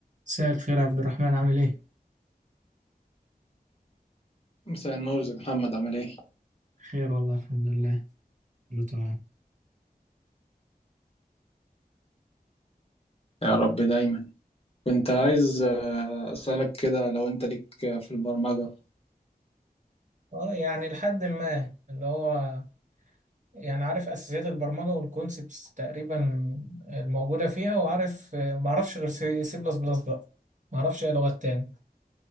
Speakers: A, on the right; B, on the left.
A: مساء الخير يا عبد الرحمن عامل ايه؟
B: مساء النور ازيك يا محمد عامل ايه؟
A: خير والله الحمد لله كله تمام
B: يا رب دايما كنت عايز آه، اسألك كده لو انت ليك آه، في البرمجة
A: اه يعني لحد ما اللي هو يعني عارف اساسيات البرمجه والكونسبتس تقريبا الموجوده فيها وعارف ما اعرفش غير سي سي بلس بلس بقى ما اعرفش اي لغات تاني